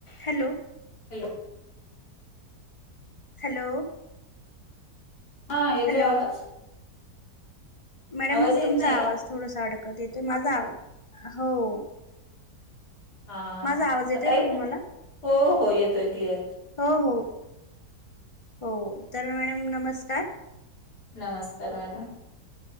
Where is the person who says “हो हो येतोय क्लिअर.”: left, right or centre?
Left